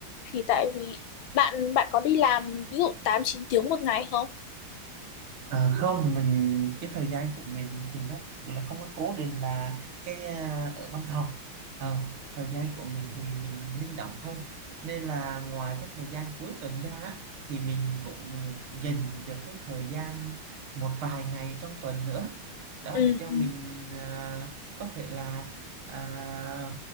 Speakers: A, on the left; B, on the right.
A: thì tại vì bạn bạn có đi làm ví dụ tám chín tiếng một ngày không
B: À, không mình cái thời gian của mình thì nó cũng là không có cố định là cái à, ở văn phòng Ờ, thời gian của mình thì mình linh động thôi nên là ngoài cái thời gian cuối tuần ra á, thì mình cũng dành được cái thời gian một vài ngày trong tuần nữa đó
A: ừ
B: để cho
A: ừ
B: mình à, có thể là à,